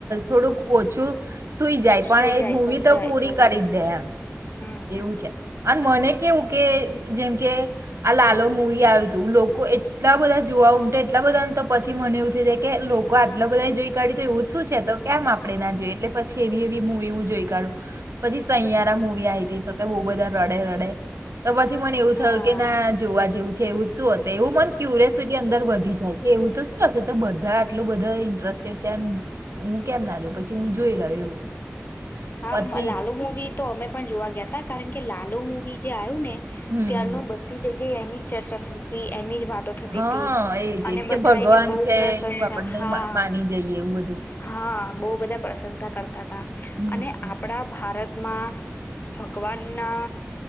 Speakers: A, on the right (about 75°); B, on the left (about 45°).
A: થોડુંક ઓછું સુઈ જાય પણ
B: સુઈ
A: એ
B: જાય
A: મૂવી
B: પણ
A: તો
B: જાય
A: પૂરી
B: જોઈ
A: કરી
B: લે
A: જ દે એમ
B: હમ હમ
A: એવું છે અને મને કેવું કે જેમ કે આ લાલ મવી આવ્યું તું લોકો એટલા બધા જોવા ઉમટ એટલા બધાને તો પછી મને એું કે લોકો આટલા બધા જોઈ કાઢી તો એવું જ શું છે તો કેમ આપડણે ના જોએ એટલે પછી. કેવી એવી હું એ હું જોઈ કાઢું. પછી સહિયારા મુવી આ તી તો કે બહુ બધા રડે રડે.. તો પછી મને એવું થયું
B: હા
A: કે ના જોવા જેવું છે. છે ઉચું અશે. એવું મન ક્યુરિસિટી અંદર વધી જાય કે એવું તો શુંશે તો બધા આટલું બધા ઇન્ટરેસ્ટેડ છે હું કેમ ના જો પછી હું જોઈ લઉ એવું.
B: હા
A: પછી
B: લાલુ મવી તો અમે પણ જોવા ગયા ત કારણ કે લાલુ મુવી બીજે આવ્યું ને
A: હમ, હમ.
B: ત્યાંનું બધી જગ્યા જે એની ચર્ચા થતી હતી એની. જ વાતો થતી
A: હા
B: હતી
A: એજ
B: અને
A: એજ કે
B: બધા
A: ભગવાન
B: એની બહુ
A: છે
B: પ્રશંસા
A: એ આપડને
B: હા
A: માની જઈએ એવું બધું.
B: હા બહુ બધા પ્રશંસા કરતા હતા
A: હમ,
B: અને
A: હમ.
B: આપણા ભારતમાં ભગવાનના